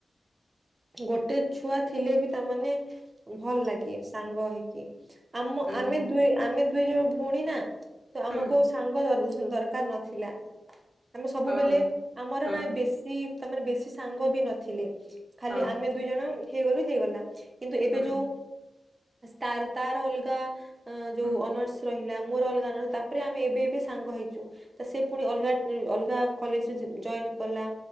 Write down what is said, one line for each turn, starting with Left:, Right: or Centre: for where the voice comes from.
Right: ଗୋଟେ ଛୁଆ ଥିଲେ ବି ତାମାନେ ଭଲ ଲାଗେ ସାଙ୍ଗ ହେଇକି। ଆମ
Centre: ହୁଁ
Right: ଆମେ ଦୁଇ ଆମେ ଦୁଇ ଜଣ ଭଉଣୀ ନା ତ ଆମକୁ
Centre: ହୁଁ
Right: ସାଙ୍ଗ ଦରକାର ନଥିଲା ଥିଲା ଆମେ ସବୁବେଳେ
Centre: ହଁ
Right: ଆମର
Centre: ହଁ
Right: ନା ବେଶୀ ତା ମାନେ ବେଶୀ ସାଙ୍ଗ ବି ନଥିଲେ ଖାଲି
Centre: ହଁ
Right: ଆମେ ଦୁଇ ଜଣ ହେଇଗଲୁ ହେଇଗଲା। କିନ୍ତୁ ଏବେ
Centre: ହଁ
Right: ଯୋଉ ତାର ତାର ଅଲଗା ଯୋଉ
Centre: ହଁ
Right: ଅନର୍ସ ରହିଲା। ମୋର ଅଲଗା ତାପରେ ଆମେ ଏବେ ଏବେ ସାଙ୍ଗ ହେଇଛୁ। ତ ସେ ପୁଣି ଅଲଗା ଅଲଗା କଲେଜରେ ଜଏନ୍ କଲା।